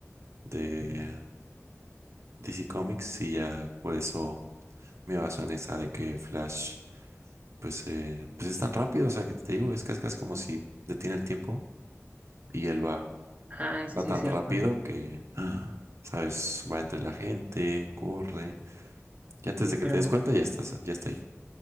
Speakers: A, on the right (about 65°); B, on the right (about 30°).
A: de DC Comics y ya por eso me baso en esa de que Flash, pues, eh, pues es tan rápido. O sea, que te digo, es casi, casi como si detiene el tiempo y él va,
B: Ah, eso
A: va
B: sí
A: tan
B: es cierto.
A: rápido
B: ¿no?
A: que, <gasps> ah, sabes, va entre la gente, corre. Y antes
B: Sí,
A: de
B: pero,
A: que te des cuenta, ya estás, ya está ahí.